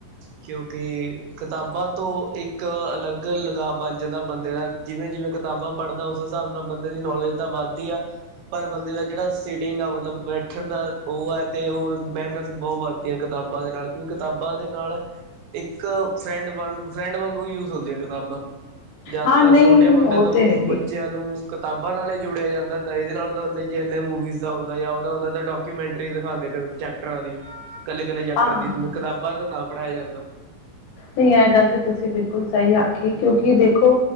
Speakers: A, on the right; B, on the left.
A: ਕਿਉਂਕਿ ਕਿਤਾਬਾਂ ਤੋਂ ਇੱਕ ਅਲੱਗ ਲਗਾਵ ਬਣ ਜਾਂਦਾ ਹੈ। ਬੰਦੇ ਦਾ ਜਿਵੇਂ ਜਿਵੇਂ ਕਿਤਾਬਾਂ ਪੜ੍ਹਦਾ ਉਸ ਹਿਸਾਬ ਨਾਲ ਬੰਦੇ ਦੀ ਨੌਲੇਜ ਤਾਂ ਵੱਧਦੀ ਆ ਪਰ ਬੰਦੇ ਦਾ ਜਿਹੜਾ। ਸੀਟਿੰਗ ਆ ਮਤਲਬ। ਬੈਠਣ ਦਾ ਉਹ ਹੈ ਤੇ ਹੋਰ ਮਨਰਸ ਬਹੁਤ ਵੱਧਦੀ ਹੈ। ਕਿਤਾਬਾਂ ਦੇ ਨਾਲ ਕਿਉਂਕਿ ਕਿਤਾਬਾਂ ਦੇ ਨਾਲ। ਇੱਕ ਫਰੈਂਡ ਵਾਂਗੂੰ ਫਰੈਂਡ ਵਾਂਗੂ ਯੂਜ ਹੁੰਦੀ ਆ ਕਿਤਾਬਾਂ। ਜ਼ਿਆਦਾਤਰ
B: ਹਾਂ ਨਹੀਂ
A: ਛੋਟੇ ਮੁੰਡੇ
B: ਉਹ
A: ਤੋਂ
B: ਤੇ ਹੈਗੇ
A: ਬੱਚਿਆਂ ਨੂੰ। ਕਿਤਾਬਾਂ ਨਾਲ ਹੀ ਜੁੜਿਆ ਜਾਂਦਾ ਹੁੰਦਾ ਇਹਦੇ ਨਾਲ ਤਾਂ ਜੇ ਐਨੇ ਮੂਵੀਜ਼ ਦਾ ਆਉਂਦਾ ਆ। ਹੁੰਦਾ ਉਹ ਤਾਂ ਡਾਕੂਮੈਂਟਰੀ ਦਿਖਾਉਂਦੇ ਚੈਪਟਰਾਂ ਦੀ ਕੱਲੇ ਕੱਲੇ ਚੈਪਟਰ
B: ਹਾਂ
A: ਦੀ ਕਿਤਾਬਾਂ ਤੋਂ ਨਾ। ਪੜ੍ਹਾਇਆ ਜਾਂਦਾ ਹੈ।
B: ਨਹੀਂ ਇਹ ਗੱਲ ਤਾਂ ਤੁਸੀਂ ਬਿਲਕੁਲ ਸਹੀ ਆਖੀ ਕਿਉਂਕਿ ਦੇਖੋ